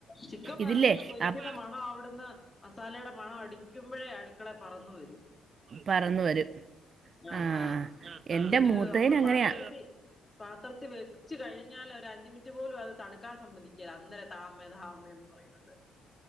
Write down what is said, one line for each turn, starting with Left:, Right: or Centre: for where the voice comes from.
Left: ചിക്കൻ
Right: ഇതില്ലേ
Left: വറക്ക്ന്ന പൊരിക്കുന്ന
Right: അപ്-
Left: മണ അവിടുന്ന് മസാലയുടെ മണോ അടിക്കുമ്പോഴേ അടുക്കളെ പറന്നു വരും.
Right: പറന്ന് വരും
Left: ആഹ്,
Right: ആ
Left: ആഹ് നിന്ന്ട്ട്
Right: എൻ്റെ മൂത്തതിന്
Left: അമ്മളെ
Right: അങ്ങനെയാ
Left: പാത്രത്തി പാത്രത്തിൽ വെച്ച് കഴ്‌ഞ്ഞാൽ ഒരഞ്ച് മിൻറ്റ് പോലും അത് തണുക്കാൻ സമ്മതിക്കേല അന്നേരം താമ്മെ താമ്മെ ന്ന് പർഞ്.